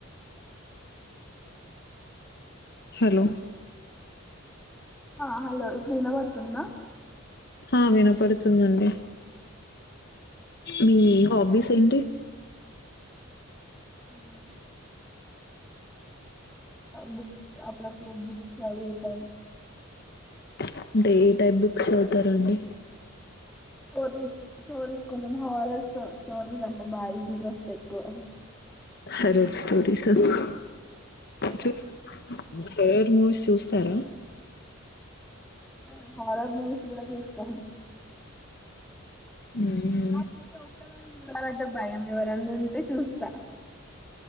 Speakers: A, on the left (about 50°); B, in the centre.
A: హలో
B: ఆ హలో ఇప్పుడు వినబడుతుందా
A: ఆ వినపడుతుందండి మీ హాబీస్ తిండి
B: మ బుక్స్ అప్పుడు అప్పుడు బుక్స్ చదువుతాను
A: అంటే ఏ టైప్ బుక్స్ చదువుతారండి
B: నోరూరి నోరూర్ కొంచెం హారర్ స్టోరీస్ అంటే బాగా ఇంట్రెస్ట్ ఎక్కువ
A: హారర్ స్టోరీస్ అడుగుతా చెప్ ఎవర్ మూవీస్ చూస్తారా
B: మ్మ్ హమారా జూస్ కూడా చేస్తాను
A: హ్మ్
B: కాకపోతే ఒక్కదాన్నే చూ ాలే భయం ఎవరండి దే చూస్తా